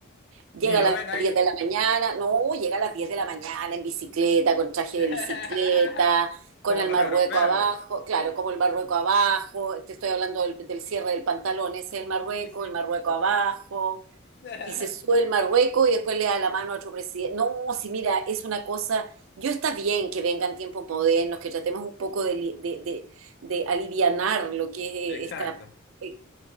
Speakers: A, on the right; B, on the left.
A: Llega
B: Ni lo
A: a las
B: ven ahí.
A: 10 de la mañana, no, llega a las 10 de la mañana en bicicleta, con traje
B: Sí.
A: de
B: <laughs>
A: bicicleta, con
B: Como
A: el
B: los
A: marrueco
B: europeos.
A: abajo, claro, como el marrueco abajo, te estoy hablando del, del cierre del pantalón, ese es el marrueco,
B: Sí, sí,
A: el marrueco
B: ok.
A: abajo,
B: <laughs>
A: y se sube el marrueco y después le da la mano a otro presidente. No, si mira, es una cosa, yo está bien que vengan tiempos modernos, que tratemos un poco de, li- de, de, de alivianar lo que
B: Exacto.
A: es esta eh,